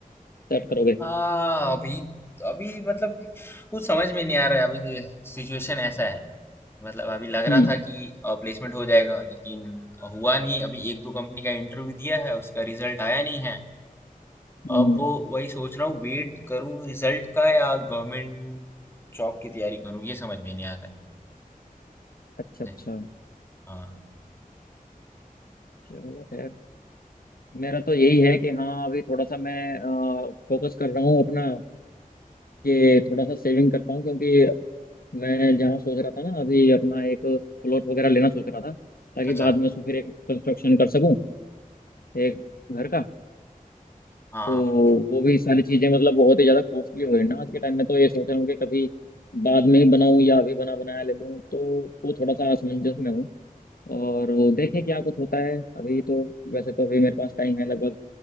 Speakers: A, on the left; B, on the left.
A: सेट करोगे
B: हाँ अभी अभी मतलब कुछ समझ में नहीं आ रहा है अभी सिचुएशन ऐसा है मतलब अभी लग
A: हम्म
B: रहा था कि प्लेसमेंट हो जाएगा लेकिन हुआ नहीं अभी एक दो कंपनी का इंटरव्यू दिया है उसका रिजल्ट आया नहीं है
A: हम्म
B: अब
A: हम्म।
B: वही सोच रहा हूँ वेट करूँ रिजल्ट का या गवर्नमेंट जॉब की तैयारी करूँ ये समझ में नहीं आ रहा है
A: अच्छा
B: मुझे।
A: अच्छा
B: हाँ
A: चलो खैर मेरा तो यही है कि हाँ अभी थोड़ा सा मैं फोकस कर रहा हूँ अपना कि थोड़ा सा सेविंग कर पाऊँ क्योंकि मैं जहाँ सोच रहा था ना अभी अपना एक प्लॉट वगैरह लेना सोच रहा था ताकि
B: अच्छा
A: बाद में उसको फिर एक कंस्ट्रक्शन कर सकूँ एक घर का
B: हाँ
A: तो वो भी सारी चीज़ें मतलब बहुत ही ज़्यादा कॉस्टली हो रही है ना आज के टाइम में तो ये सोच रहा हूँ कि कभी बाद में ही बनाऊँ या अभी बना बनाया ले लूँ तो वो थोड़ा सा असमंजस में हूँ और देखें क्या कुछ होता है अभी तो वैसे तो अभी मेरे पास टाइम है लगभग